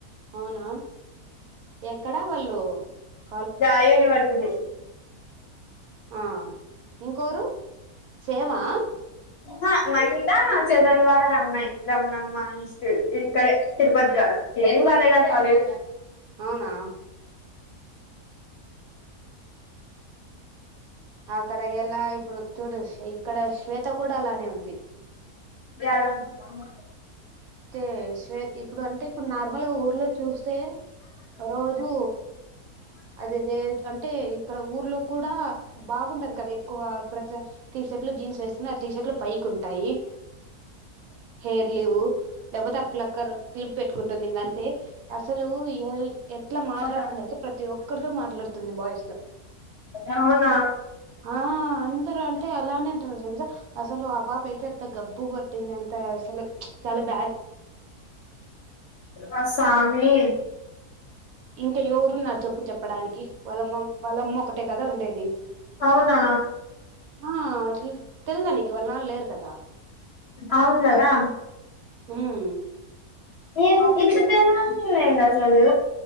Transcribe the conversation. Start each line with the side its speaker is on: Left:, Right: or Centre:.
Right: అవునా ఎక్కడా వాళ్ళు ళ్ళు
Left: గా యూనివర్సిటీ
Right: ఆ ఇంకోరు సేమా
Left: ఆహా మన్మిత చెందలవాడ రమణయి రమణమ్మ ఇన్స్టిట్యూట్ ఇక్కడే తిరుపతి కాడ ఏం బాలేదంట కాలేజీ
Right: అవునా అక్కడ ఎలా ఇప్పుడు చూడు ఇక్కడ శ్వేత త్త కూడా అలానే ఉంది
Left: బే మా
Right: తే స్వేత ఇప్పుడు అంటే ఇప్పుడు నార్మల్గా ఊర్లో చూస్తే రోజు అది అంటే ఇక్కడ ఊర్లో కూడా బాగుంటది కదా ఎక్కువ ప్రతి టీ షర్ట్లు జీన్స్ వేస్తున్నా ఆ టీ షర్ట్లు పైకి ఉంటాయి హెయిర్ లీవు లేకపోతే అ ప్లక్కర్ క్లిప్ పెట్టుకుంటుంది ఇంక అంతే అసలు ఎ ఎట్లా మాట్లాడుతుంది
Left: ఉమ్
Right: తెలుసా ప్రతి ఒక్కరితో మాట్లాడుతుంది బాయస్ తో
Left: అవునా
Right: ఆ అందరూ అంట అలానే అంటారు అసలు ఆ పాప అయితే గబ్బు కొట్టింది అంత అసలు చాలా బా
Left: ఆ సామి
Right: ఇంక ఎవరున్నారు చెప్పు చెప్పడానికి వాళ్ళమ్మ వాళ్ళమ్మ ఒకటే కదా ఉండేది
Left: అవునా
Right: ఆ తెలిదా నీకు వాళ్ళ నాన్న లేరు కదా
Left: అవును కదా
Right: ఉమ్
Left: ఏం ఇట్లా తయారు అయ్యారు ఏంది అసలు